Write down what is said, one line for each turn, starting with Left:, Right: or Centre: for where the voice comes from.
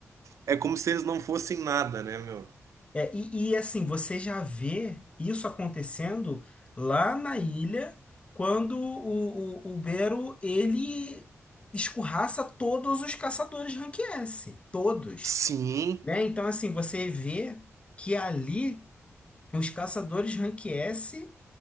Right: É como se eles não fossem nada, né, meu?
Left: É, e, e, assim, você já vê isso acontecendo lá na ilha, quando o, o, o Bero, ele escorraça todos os caçadores rank S, todos,
Right: Sim,
Left: né? Então, assim, você vê que ali os caçadores rank S